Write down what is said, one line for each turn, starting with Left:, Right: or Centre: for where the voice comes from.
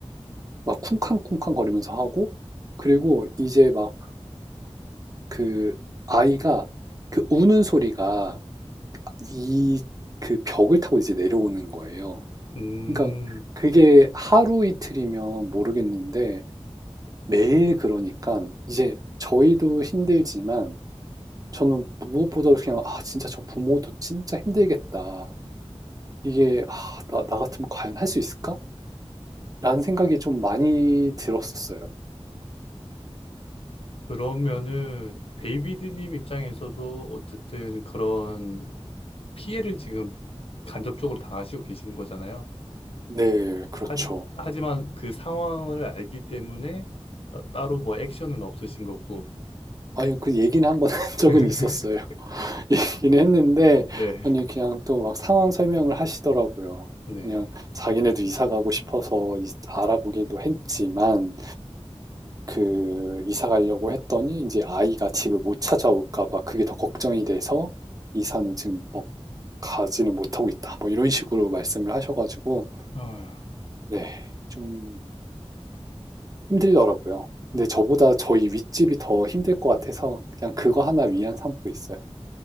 Right: 막 쿵쾅쿵쾅 거리면서 하고 그리고 이제 막 그 아이가 그 우는 소리가 이 그 벽을 타고 이제 내려오는 거예요.
Left: 음.
Right: 그러니까 그게 하루 이틀이면 모르겠는데 매일 그러니까 이제 저희도 힘들지만 저는 무엇보다도 그냥 아 진짜 저 부모도 진짜 힘들겠다. 이게 아, 나, 나 같으면 과연 할 수 있을까? 라는 생각이 좀 많이 들었었어요.
Left: 그러면은 데이비드님 입장에서도 어쨌든 그런 피해를 지금 간접적으로 당하시고 계시는 거잖아요.
Right: 네, 그렇죠.
Left: 하지, 하지만 그 상황을 알기 때문에 어, 따로 뭐 액션은 없으신 거고.
Right: 아니, 그 얘기는 한번 <laughs> 한
Left: <laughs>
Right: 적은 있었어요. <laughs> 얘기는 했는데,
Left: 네,
Right: 아니, 그냥 또 막 상황 설명을 하시더라고요.
Left: 네.
Right: 그냥 자기네도 이사 가고 싶어서 이- 알아보기도 했지만, 그 이사 가려고 했더니 이제 아이가 집을 못 찾아올까 봐 그게 더 걱정이 돼서 이사는 지금 뭐 가지는 못하고 있다. 뭐 이런 식으로 말씀을 하셔가지고
Left: 아,
Right: 네, 좀 힘들더라고요. 근데 저보다 저희 윗집이 더 힘들 것 같아서 그냥 그거 하나 위안 삼고 있어요.